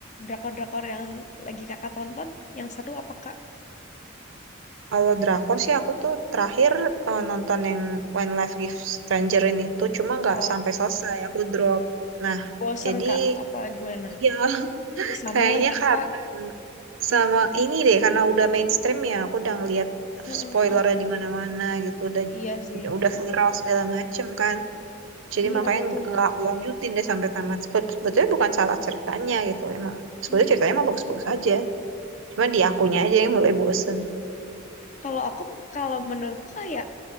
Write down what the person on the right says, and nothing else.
Kalau drakor sih aku tuh terakhir eh, nonton yang When Life Gives Stranger ini tuh cuma nggak
sampai selesai. Aku drop. Nah,
jadi
iya <laughs>
Kayaknya
karena
sama ini deh, karena udah mainstream ya, aku udah ngeliat
spoilernya
di mana-mana gitu, udah
udah
viral segala macem kan. Jadi
makanya
nggak nggak aku lanjutin deh sampai tamat. Sebe- Sebetulnya bukan salah ceritanya gitu, emang sebetulnya
ceritanya emang bagus-bagus aja. Cuma di
akunya aja yang mulai bosen.